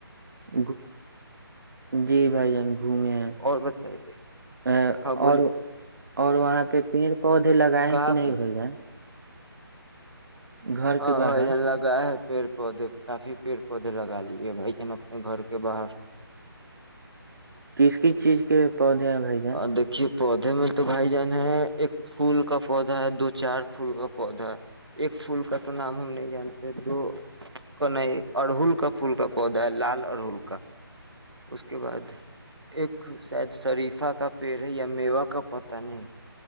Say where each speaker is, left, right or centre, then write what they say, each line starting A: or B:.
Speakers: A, on the right; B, on the right.
A: <inaudible> جی بھائی جان گھومے ہیں
B: اور بتائیے
A: اے،
B: ہاں بولی
A: اور
B: <unintelligible>
A: اور <unintelligible> پودے لگائے
B: کہاں
A: ہیں کہ نہیں
B: پہ
A: بائی جان گھر
B: ہاں
A: کے باہر
B: بائی جان ل گا ہے پیڑ پودے کافی پیڑ پودے لگا لیے بھائی جن اپنے گھر کے باہر
A: کس کس چیز کے پودے ہیں بھائی جان
B: ہ دیکھیے پودے میں تو بھائی جان ہے ایک پھول کا پودا ہے دو چار پھول کا پودا ایک پھول کا تو نام ہم نہیں جانتے دو کا نہیں ارہل کا پھول کا پودا ہے لال ارہل کا اس کے بعد ایک شاید شریفہ کا پیڑ ہے یا میوا کا پت نہیں